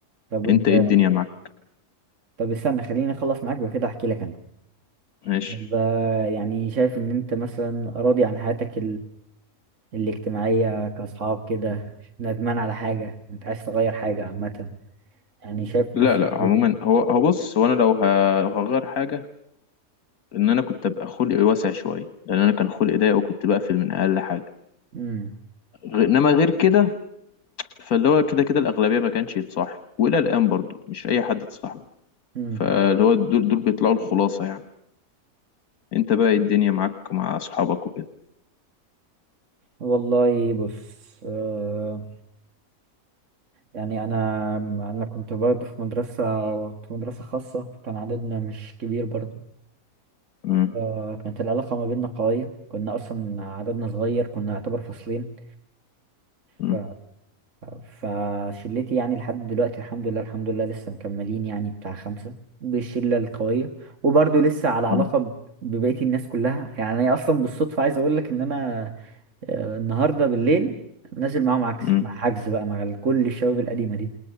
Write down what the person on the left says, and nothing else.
انت ايه الدنيا معاك
ماشي
لا
لا عموما
هو هو بص هو انا لو ه- لو هغير حاجه ان انا كنت ابقى خلقي واسع شويه لان انا كان خلقي ضيق وكنت بقفل من اقل حاجه
غ- انما غير كده فاللي هو كده كده الاغلبيه ما كانش يتصاحب والى الان برضو مش اي حد تصاحبه
فاللي هو دول دول بيطلعوا الخلاصه يعني انت بقى إيه الدنيا معاك مع اصحابك وكده
امم
امم
امم
أمم.